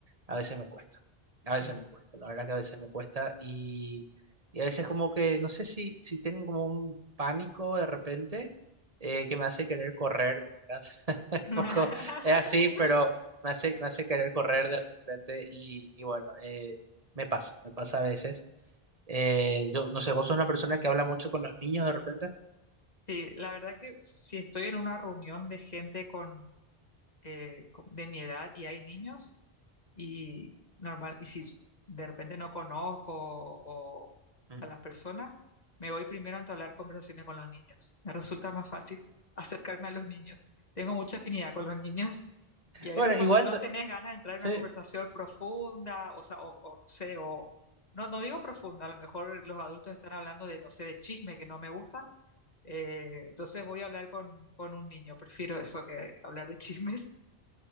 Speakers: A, on the right; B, on the left.
A: a veces me cuesta, a veces
B: mm.
A: me cuesta, la verdad que a veces me cuesta y, y a veces como que no sé si, si tengo como un pánico de repente eh, que me hace querer correr, ¿verdad? <laughs>
B: <laughs>
A: poco es así, pero me hace, me hace querer correr de repente y, y bueno, eh, me pasa, me pasa a veces. Eh, yo no sé, vos sos una persona que habla mucho con los niños de repente.
B: Sí, la verdad que si estoy en una reunión de gente con eh, co- de mi edad y hay niños y normal, y si de repente no conozco o
A: Mm.
B: a las personas, me voy primero a entablar conversaciones con los niños. Me resulta más fácil <laughs> acercarme a los niños. Tengo mucha afinidad con los niños y a veces
A: Bueno,
B: cuando
A: igual,
B: no
A: t-
B: tenés ganas de entrar en
A: sí,
B: una conversación profunda, o sea, o, o no sé, o no, no digo profunda, a lo mejor los adultos están hablando de, no sé, de chisme que no me gustan. eh, entonces voy a hablar con, con un niño, prefiero eso que hablar de chismes.